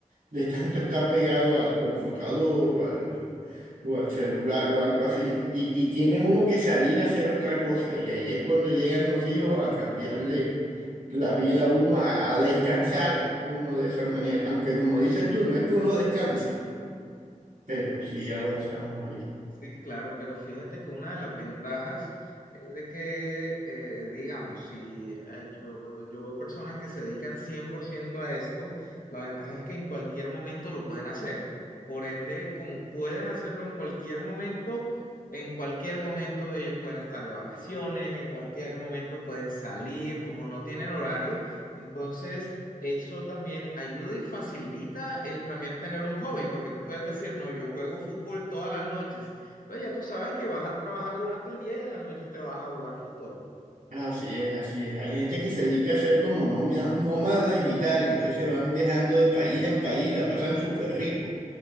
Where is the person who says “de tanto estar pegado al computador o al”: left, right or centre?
Right